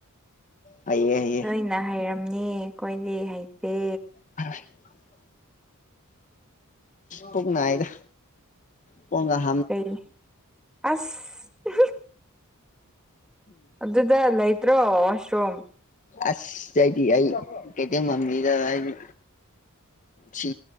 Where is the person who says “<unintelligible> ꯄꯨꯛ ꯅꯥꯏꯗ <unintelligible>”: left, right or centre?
Left